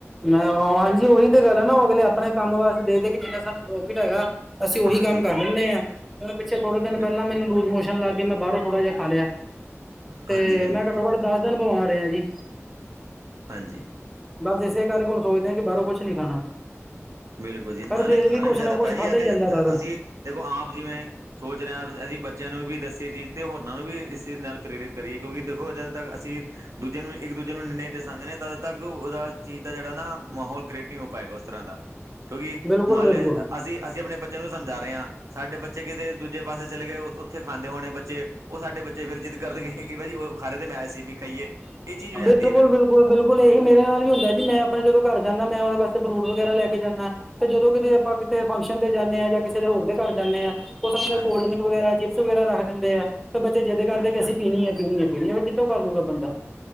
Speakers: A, in the centre; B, on the right.
A: ਮੈਂ ਹਾਂਜੀ ਉਹੀ ਤੇ ਗੱਲ ਹੈ ਨਾ ਓ ਅਗਲੇ ਆਪਣੇ ਕੰਮ ਵਾਸਤੇ ਦੇਖਦੇ ਕਿ ਜਿੰਨੇ ਸਾਨੂੰ ਪ੍ਰੋਫਿਟ ਹੈਗਾ ਅਸੀ ਉਹੀ
B: ਹਾਂਜੀ
A: ਕੰਮ ਕਰ ਲੈਣੇ ਆਂ ਹੁਣ ਪਿੱਛੇ ਥੋੜੇ ਦਿਨ
B: ਬਿਲ
A: ਪੈਲਾਂ ਮੈਨੂੰ ਲੂਜ ਮੋਸ਼ਨ ਲੱਗ ਗਏ ਮੈਂ ਬਾਰੋਂ ਥੋੜਾ ਜਿਹਾ ਖਾ ਲਿਆ ਤੇ
B: ਹਾਂਜੀ ਹਾਂਜੀ
A: ਮੈਂ ਘੱਟੋ ਘੱਟ ਦਸ ਦਿਨ ਬਮਾਰ ਰਿਆ ਜੀ।
B: ਹਾਂਜੀ
A: ਬਸ ਇਸੇ ਕਰਕੇ ਹੁਣ ਸੋਚਦੇ ਹਾਂ ਕਿ ਬਾਰੋਂ ਕੁਛ ਨੀ ਖਾਣਾ
B: ਬਿਲਕੁਲ ਜੀ ਨਾਲੇ
A: ਪਰ ਫੇਰ
B: ਖਾਣਾ
A: ਕੁਛ
B: ਵੀ ਜਾਦਾ
A: ਨਾ ਕੁਛ
B: ਪੈ ਜਾਏ
A: ਖਾਧਾ
B: ਅਤੇ
A: ਹੀ ਜਾਂਦਾ ਬਾਹਰੋਂ
B: ਅਸੀਂ ਦੇਖੋ ਆਪ ਜਿਵੇ ਸੋਚ ਰਏ ਆਂ ਅਸੀਂ ਬੱਚਿਆਂ ਨੂੰ ਵੀ ਦੱਸੀਏ ਚੀਜ਼ ਅਤੇ ਹੋਰਨਾਂ ਨੂੰ ਵੀ ਇਸ ਚੀਜ਼ ਨਾਲ ਪ੍ਰੇਰਿਤ ਕਰੀਏ ਕਿਉਂਕਿ ਦੇਖੋ ਜਦ ਤੱਕ ਅਸੀ ਦੂਜੇ ਨੂੰ ਇੱਕ ਦੂਜੇ ਨੂੰ ਨਈ ਦਸਾਂਗੇ ਨੇ ਤਦ ਤੱਕ ਉਦਾ ਚੀਜ਼ ਦਾ ਜੇੜਾ ਨਾ ਮਾਹੌਲ ਕ੍ਰੀਏਟ ਨਈ ਹੋ ਪਾਏਗਾ ਉਸ ਤਰ੍ਹਾਂ ਦਾ ਕਿਉਂਕਿ
A: ਬਿਲਕੁਲ
B: ਮੰਨ ਲਿਆ
A: ਬਿਲਕੁਲ
B: ਅਸੀ-ਅਸੀ ਆਪਣੇ ਬੱਚੇ ਬੱਚੇ ਨੂੰ ਸਮਝਾ ਰਏ ਆਂ ਸਾਡੇ ਬੱਚੇ ਕਿਤੇ ਦੂਜੇ ਪਾਸੇ ਚਲੇ ਗਏ ਉੱਥੇ ਖਾਂਦੇ ਹੋਣੇ ਬੱਚੇ ਓ ਸਾਡੇ ਬੱਚੇ ਫਿਰ ਜਿੱਦ ਕਰਨ ਗਏ ਕਿ ਓ ਖਾ ਰਏ ਤੇ ਮੈ ਅਸੀ ਵੀ ਖਾਈਏ। ਇਹ ਚੀਜ਼ ਹੋ ਜਾਂਦੀ
A: ਬਿਲਕੁਲ-ਬਿਲ
B: ਹੈ ਫਿਰ
A: ਬਿਲਕੁਲ-ਬਿਲਕੁਲ ਇਹੀ ਮੇਰੇ ਨਾਲ ਵੀ ਹੁੰਦਾ ਜੀ ਮੈਂ ਆਪਣੇ ਜਦੋਂ ਘਰ ਜਾਂਣਾ ਮੈਂ ਉਦੇ ਵਾਸਤੇ ਫਰੂਟ ਵਗੈਰਾ ਲੈ ਕੇ ਜਾਂਣਾ। ਤੇ ਜਦੋਂ ਕਿਤੇ ਆਪਾਂ ਕਿਤੇ ਫੰਕਸ਼ਨ ਤੇ ਜਾਣੇ ਆ ਜਾਂ ਕਿਸੇ ਦੇ ਹੋਰ ਦੇ ਘਰ ਜਾਣੇ ਆਂ ਉਹ ਸਾਹਮਣੇ
B: ਹਾਂਜੀ
A: ਕੋਲਡ ਡਰਿੰਕ ਵਗੈਰਾ ਚਿਪਸ ਵਗੈਰਾ ਰੱਖ ਦਿੰਦੇ ਆ ਤਾਂ ਬੱਚੇ ਜਿੱਦ ਕਰਦੇ
B: ਹਾਂਜੀ
A: ਕਿ ਅਸੀ ਪੀਣੀ ਐ-ਪੀਣੀ ਐ-ਪੀਣੀ ਐ ਕਿੱਥੋਂ ਕਰ ਲੂਗਾ ਬੰਦਾ